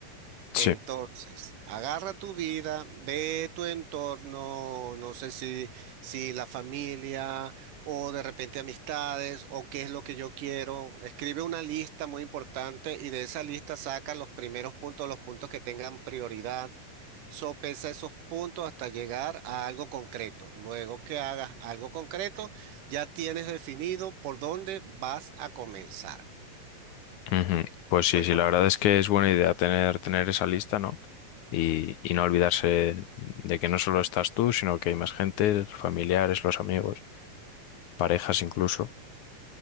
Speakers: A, on the left; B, on the right.
A: Sí,
B: Entonces, agarra tu vida, ve tu entorno, no sé si, si la familia o de repente amistades o qué es lo que yo quiero. Escribe una lista muy importante y de esa lista saca los primeros puntos, los puntos que tengan prioridad. Sopesa esos puntos hasta llegar a algo concreto. Luego que hagas algo concreto, ya tienes definido por dónde vas a comenzar.
A: ujú. Pues sí,
B: Lo
A: sí, la verdad es que es buena idea tener, tener esa lista, ¿no? Y, y no olvidarse de que no solo estás tú, sino que hay más gente, familiares, los amigos, parejas incluso.